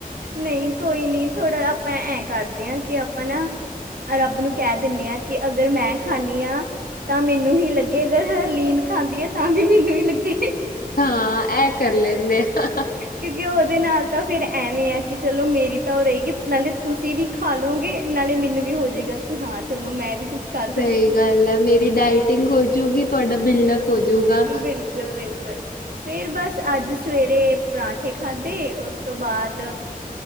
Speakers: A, on the right; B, on the left.
A: ਨਈ ਕੋਈ ਨੀ ਥੋੜਾ ਆਪਾਂ ਐਂ ਕਰਦੇ ਆ ਕਿ ਆਪਾਂ ਨਾ ਰੱਬ ਨੂੰ ਕਿਹ ਦਿੰਨੇ ਆ ਕਿ ਅਗਰ ਮੈਂ ਖਾਂਨੀ ਆ ਤਾਂ ਮੈਨੂੰ ਹੀ ਲੱਗੇ ਅਗਰ ਹਰਲੀਨ ਖਾਂਦੀ ਆ ਤਾਂ ਵੀ ਮੈਨੂੰ ਹੀ ਲੱਗੇ।
B: ਹਾਂ, ਐੰ ਕਰ ਲੈਂਨੇ ਆਂ।
A: ਕਿਉਂਕਿ ਉਹਦੇ ਨਾਲ ਤਾਂ ਫੇਰ ਐਵੇਂ ਆ ਕਿ ਚਲੋ ਮੇਰੀ ਤਾਂ ਉਹ ਰਹੇਗੀ ਨਾਲੇ ਤੁਸੀਂ ਵੀ ਖਾ ਲੋਂਗੇ ਨਾਲੇ ਮੈਨੂੰ ਵੀ ਹੋਜਏਗਾ ਕਿ ਹਾਂ ਚਲੋ ਮੈਂ ਵੀ ਕੁਛ ਕਰ
B: ਸਹੀ
A: ਸਕੀ
B: ਗੱਲ ਹੈ, ਮੇਰੀ ਡਾਇਟਿੰਗ ਹੋਜੂਗੀ ਤੁਹਾਡਾ ਬਿਲਡਅਪ ਹੋਜੂਗਾ।
A: ਬਿਲਕੁਲ-ਬਿਲਕੁਲ। ਫੇਰ ਬਸ ਅੱਜ ਸਵੇਰ ਤੇ ਪਰਾਂਠੇ ਖਾਧੇ ਉਸ ਤੋਂ ਬਾਅਦ